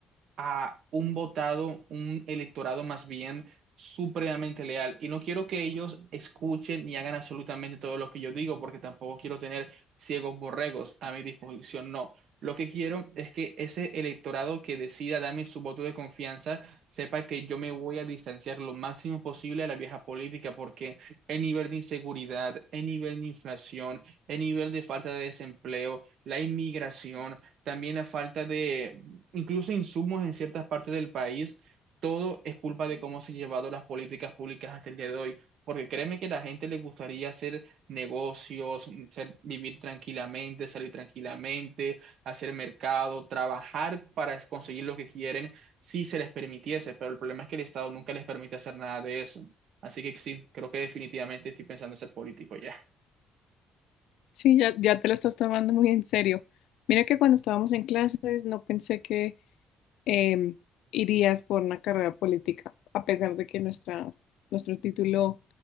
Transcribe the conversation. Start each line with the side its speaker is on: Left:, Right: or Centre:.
Right: a un votado, un electorado más bien supremamente leal. Y no quiero que ellos escuchen ni hagan absolutamente todo lo que yo digo, porque tampoco quiero tener ciegos borregos a mi disposición, no. Lo que quiero es que ese electorado que decida darme su voto de confianza sepa que yo me voy a distanciar lo máximo posible a la vieja política, porque el nivel de inseguridad, el nivel de inflación, el nivel de falta de desempleo, la inmigración, también la falta de incluso insumos en ciertas partes del país, todo es culpa de cómo se han llevado las políticas públicas hasta el día de hoy. Porque créeme que a la gente le gustaría hacer negocios, ser- vivir tranquilamente, salir tranquilamente, hacer mercado, trabajar para es- conseguir lo que quieren, si se les permitiese. Pero el problema es que el Estado nunca les permite hacer nada de eso. Así que sí, creo que definitivamente estoy pensando en ser político ya.
Left: Sí, ya, ya te lo estás tomando muy en serio. Mira que cuando estábamos en clases no pensé que em, irías por una carrera política, a pesar de que nuestra, nuestro título